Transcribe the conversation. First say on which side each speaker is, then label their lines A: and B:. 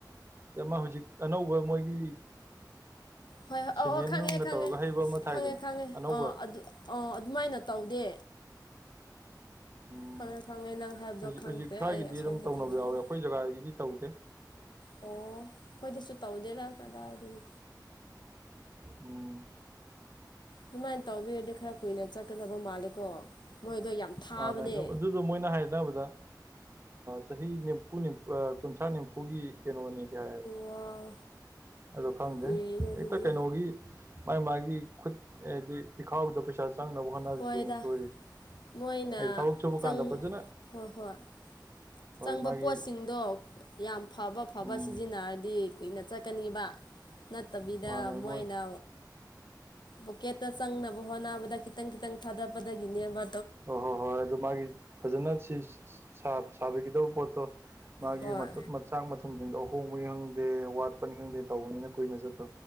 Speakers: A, on the right; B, on the left.
A: ꯑꯃ ꯍꯧꯖꯤꯛ ꯑꯅꯧꯕ ꯃꯣꯏꯒꯤ
B: ꯍꯣꯏ ꯍꯣꯏ
A: ꯁꯤꯃꯦꯟ
B: ꯑꯧ ꯑꯣ ꯈꯪꯉꯦ
A: ꯅꯨꯡꯅ
B: ꯈꯪꯉꯦ
A: ꯇꯧꯔꯒ ꯍꯩꯕ ꯑꯃ ꯊꯥꯏꯗꯅ
B: ꯈꯪꯉꯦ ꯈꯪꯉꯦ
A: ꯑꯅꯧꯕ
B: ꯑ ꯑꯗꯨ ꯑꯣ ꯑꯗꯨꯃꯥꯏꯅ ꯇꯧꯗꯦ
A: ꯎꯝ
B: ꯈꯪꯉꯦ ꯈꯪꯉꯦ ꯅꯪ ꯍꯥꯏꯕꯗꯣ
A: ꯍꯧꯖꯤꯛ
B: ꯈꯪꯈ꯭ꯔꯦ
A: ꯍꯧꯖꯤꯛ ꯁ꯭ꯋꯥꯏꯒꯤꯗꯤ
B: ꯑꯩ ꯑꯁꯣꯝꯗ
A: ꯑꯗꯨꯝ ꯇꯧꯅꯕ
B: ꯊꯦꯡꯅꯔꯦ
A: ꯌꯥꯎꯋꯦ ꯑꯩꯈꯣꯏ ꯖꯒꯥꯗꯒꯤꯗꯤ ꯇꯧꯗꯦ
B: ꯑꯣ ꯑꯩꯈꯣꯏꯗꯁꯨ ꯇꯧꯗꯦꯔꯥ ꯀꯗꯥꯏꯗꯒꯤ
A: ꯎꯝ
B: ꯑꯗꯨꯃꯥꯏꯅ ꯇꯧꯕꯤꯔꯗꯤ ꯈꯔ ꯀꯨꯏꯅ ꯆꯠꯀꯗꯕ ꯃꯥꯜꯂꯦꯀꯣ ꯃꯣꯏꯗꯣ ꯌꯥꯝ ꯊꯥꯕꯅꯦ
A: ꯃꯥꯅꯦ ꯑꯗꯨ ꯑꯗꯨ ꯑꯗꯨꯗꯣ ꯃꯣꯏꯅ ꯍꯥꯏꯅꯕꯗ ꯆꯍꯤ ꯅꯤꯝꯐꯨ ꯀꯨꯟꯊ꯭ꯔꯥ ꯅꯤꯝꯐꯨꯒꯤ ꯀꯩꯅꯣꯅꯤꯗꯤ ꯍꯥꯏꯌꯦꯕ
B: ꯋꯥꯎ
A: ꯑꯗꯣ ꯈꯪꯗꯦ
B: ꯀꯨꯏꯔꯦꯅꯦ ꯑꯗꯨꯗꯤ
A: ꯍꯦꯛꯇ ꯀꯩꯅꯣꯒꯤ ꯃꯥꯥꯏ ꯃꯥꯒꯤ ꯈꯨꯠ ꯍꯥꯏꯗꯤ ꯄꯤꯈꯥꯎꯗ ꯄꯩꯁꯥ ꯆꯪꯅꯕ ꯍꯣꯠꯅꯕꯁꯤꯗꯅꯦ
B: ꯍꯣꯏꯗ
A: ꯁꯣꯏꯔꯤꯁꯦ
B: ꯃꯣꯏꯅ
A: ꯍꯥꯏꯗꯤ ꯊꯕꯛ ꯁꯨꯕ ꯀꯥꯟꯗ
B: ꯆꯪ
A: ꯐꯖꯅ
B: ꯍꯣꯏ ꯍꯣꯏ
A: ꯍꯣꯏ
B: ꯆꯪꯕ
A: ꯃꯥꯒꯤ
B: ꯄꯣꯠꯁꯤꯡꯗꯣ ꯌꯥꯝ ꯐꯕ ꯐꯕ
A: ꯎꯝ
B: ꯁꯤꯖꯤꯟꯅꯔꯗꯤ ꯀꯨꯏꯅ ꯆꯠꯀꯅꯤꯕ ꯅꯠꯇꯕꯤꯗ
A: ꯃꯥꯅꯦ
B: ꯃꯣꯏꯅ
A: ꯃꯣꯏ
B: ꯄꯣꯀꯦꯠꯇ ꯆꯪꯅꯕ ꯍꯣꯠꯅꯕꯗ ꯈꯤꯇꯪ ꯈꯤꯇꯪ ꯊꯥꯗꯄꯗꯒꯤꯅꯦꯕ
A: ꯑꯣ ꯍꯣꯏ ꯍꯣꯏ ꯑꯗꯨ ꯃꯥꯒꯤ ꯐꯖꯅ ꯁꯤ ꯁꯥꯕꯤꯒꯗꯕ ꯄꯣꯠꯇꯣ ꯃꯥꯒꯤ
B: ꯍꯣꯏ
A: ꯃꯊ ꯃꯆꯥꯛ ꯃꯊꯨꯝꯁꯤꯡꯗꯣ ꯑꯍꯣꯡꯕꯅꯤ ꯈꯪꯗꯦ ꯋꯥꯠꯄꯅꯤ ꯈꯪꯗꯦ ꯇꯧꯕꯅꯤꯅ ꯀꯨꯏꯅ ꯆꯠꯇ